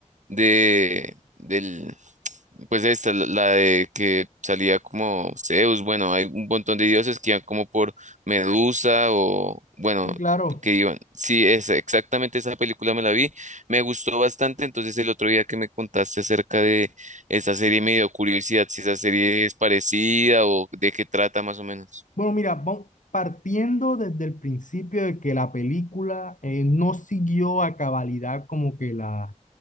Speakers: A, on the right (about 70°); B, on the left (about 80°).
A: de, del, pues de esta, la la de que salía como Zeus, bueno, hay un montón de dioses que iban como por Medusa o, bueno,
B: Sí, claro.
A: que iban. Sí, es exactamente esa película me la vi, me gustó bastante, entonces el otro día que me contaste acerca de esa serie me dio curiosidad si esa serie es parecida o de qué trata más o menos.
B: Bueno, mira, vamos partiendo desde el principio de que la película eh, no siguió a cabalidad como que la,